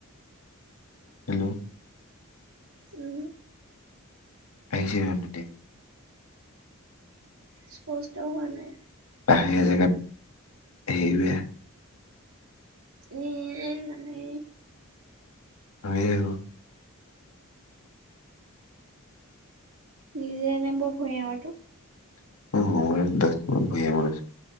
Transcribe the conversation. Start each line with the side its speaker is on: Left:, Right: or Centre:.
Left: হেল্ল'
Right: উম।
Left: <unintelligible>
Right: স্পষ্ট হোৱা নাই।
Left: কাহি <unintelligible> সেইবাবে
Right: উম এ মানে
Left: <inaudible>
Right: নিজে এনে বৰ ভয়াতুৰ।
Left: <unintelligible>